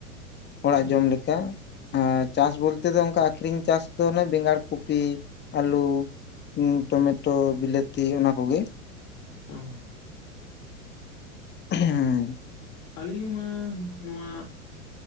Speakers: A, on the left; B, on the left.
A: ᱚᱲᱟᱜ ᱡᱚᱢ
B: ᱚ
A: ᱞᱮᱠᱟ᱾ ᱮᱸ ᱪᱟᱥ ᱵᱚᱞᱛᱮ ᱫᱚ ᱚᱱᱠᱟ ᱟᱠᱷᱨᱤᱧ ᱪᱟᱥ ᱫᱚ ᱚᱱᱮ ᱵᱮᱸᱜᱟᱲ ᱠᱚᱯᱤ ᱟᱞᱩ᱾ ᱴᱚᱢᱮᱴᱳ ᱵᱤᱞᱟᱹᱛᱤ ᱚᱱᱟ ᱠᱚᱜᱮ᱾
B: ᱚ
A: <unintelligible>
B: ᱟᱹᱞᱤᱧ ᱢᱟ ᱱᱚᱣᱟ